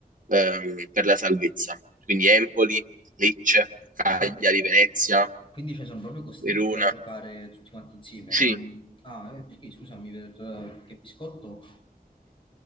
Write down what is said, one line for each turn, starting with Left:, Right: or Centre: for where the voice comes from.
Right: ehm, per la salvezza, quindi Empoli, Lecce, Cagliari,
Left: Ah, e-
Right: Venezia,
Left: e- e quindi cioè, sono proprio costretti
Right: Verona.
Left: a giocare tutti quanti insieme.
Right: Sì.
Left: non- Ah, eh, perché scusami, per... perché Biscotto?